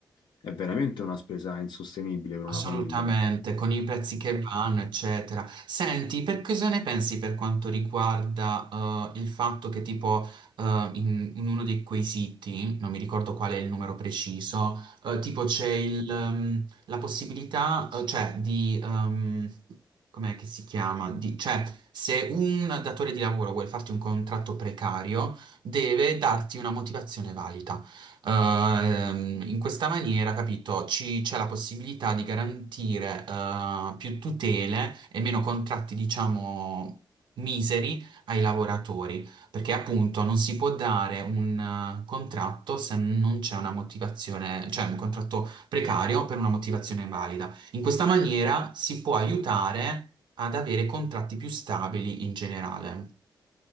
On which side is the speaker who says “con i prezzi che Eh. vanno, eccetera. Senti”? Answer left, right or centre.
Right